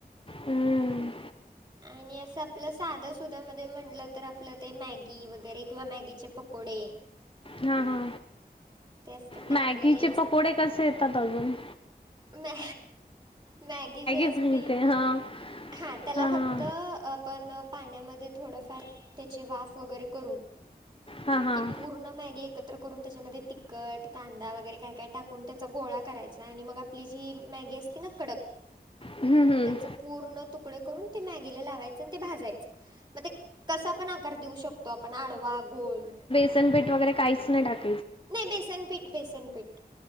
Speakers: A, on the left; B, on the right.
A: हम्म,
B: आणि असं आपलं साधं सुध मध्ये म्हणटलं तर आपलं ते मॅगी वगैरे किंवा मॅगीचे पकोडे
A: हा हा
B: ते असतात ना
A: मॅगीचे
B: आपल्याला
A: पकोडे कसे येतात अजून
B: म्या मॅगी जी असती
A: माहिती आहे हां
B: हा त्याला
A: हां
B: फक्त
A: हां
B: आपण पाण्यामध्ये थोडंफार त्याचे वाफ वगैरे करून
A: हां हां
B: ती पूर्ण मॅगी एक त्याच्यामध्ये तखट कांदा वगैरे काय काय टाकून त्याचा गोळा करायचा आणि मग आपलीजी ही मॅगी असते ना कडक
A: हम्म हम्म
B: त्याचं पूर्ण तुकडे करून ते मॅगीला लावायचं आणि ते भाजायचं मग ते कसा पण आकार देऊ शकतो आपन आडवा गोल
A: बसनपीठ वगैरे काहीच नाही टाकत
B: नाही बेसनपीठ बेसनपीठ